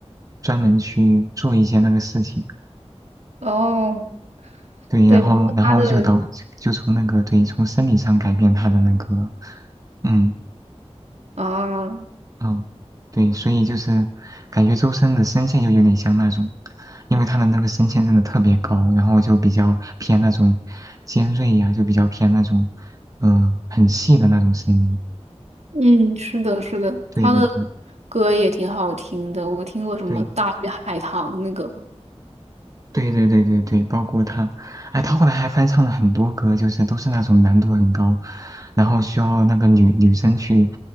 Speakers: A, on the right (about 30°); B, on the right (about 75°).
A: 专门去做一些那个事情。
B: 哦，
A: 对，
B: 对，
A: 然后然后就导就从那个对从生理上改变他的那个
B: 包括他的
A: 嗯
B: 啊，
A: 嗯，对，所以就是感觉周深的声线就有点像那种，因为他的那个声线真的特别高，然后就比较偏那种尖锐呀、就比较偏那种，嗯、很细的那种声音。
B: 嗯，是的，是的，
A: 对对对
B: 他的歌也挺好听的，我听过什么《大鱼海棠》那个。
A: 对对对对对对，包括他，哎，他后来还翻唱了很多歌，就是都是那种难度很高，然后需要那个女女生去